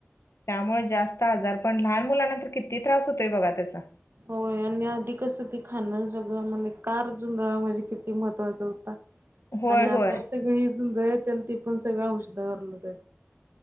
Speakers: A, on the left; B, on the right.
A: त्यामुळे जास्त आजार पण, लहान मुलांनां तर किती त्रास होतोय बघा त्याचा.
B: होय आणि आधी कसं ते खाण सगळं म्हणजे कार जुंधळा म्हणजे किती महत्त्वाचा होता.
A: होय
B: आणि आता
A: होय
B: सगळं जुंधळ येत्याल, ती पण सगळं औषधवरलंच हाईत.